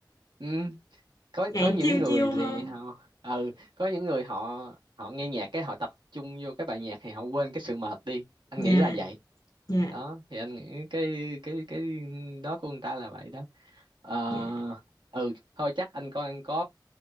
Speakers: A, on the right; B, on the left.
A: ừ. có
B: chạy
A: có những
B: chiêu
A: người
B: chiêu hơn.
A: thì họ ừ có những người họ họ nghe nhạc cái họ tập trung vô cái bài nhạc thì họ quên cái sự mệt đi anh
B: Dạ,
A: nghĩ là vậy
B: dạ,
A: đó thì anh nghĩ cái cái cái đó của người ta là vậy đó Ờ,
B: dạ,
A: ừ thôi chắc anh coi anh có